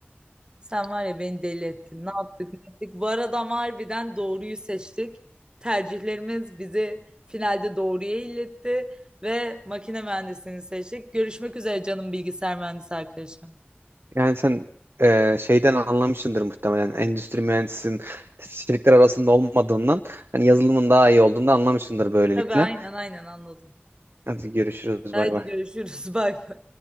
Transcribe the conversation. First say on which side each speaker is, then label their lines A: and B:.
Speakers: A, on the right; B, on the right.
A: Sen var ya beni deli ettin. Ne yaptık ne ettik. Bu arada ama harbiden doğruyu seçtik. Tercihlerimiz bizi finalde doğruya iletti ve makine mühendisliğini seçtik. Görüşmek üzere canım bilgisayar mühendisi arkadaşım.
B: Yani sen e, şeyden anlamışsındır muhtemelen. Endüstri mühendisinin şirketler arasında olmadığından hani yazılımın daha iyi olduğunu da anlamışsındır böylelikle.
A: Tabii aynen aynen anladım.
B: Hadi görüşürüz.
A: Haydi
B: Bay bay.
A: görüşürüz. <laughs> Bay bay.